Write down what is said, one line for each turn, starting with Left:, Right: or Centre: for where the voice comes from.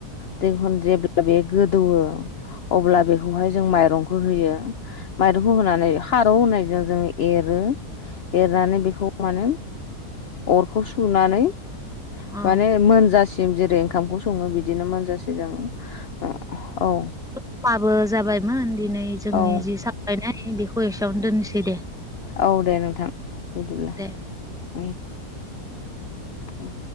Left: दै जेब्ला बे गोदौवो अब्ला बेखौहाय जों माइरंखौ होयो माइरंखौ होनानै खारौ होननाय जो जों एरो एरनानै बेखौ माने अरखौ सुनानै
Centre: नोंथां
Left: माने मोनजासि सिम जेरै ओंखामखौ सङो बिदिनो मोनजासि जों ओ औ।
Centre: समाबो जाबायमोन। दिनै जोंनि
Left: औ
Centre: जि <unintelligible> <inaudible> दोननोसै दे
Left: औ दे नोंथां बिदिब्ला
Centre: दे।
Left: उम। उम।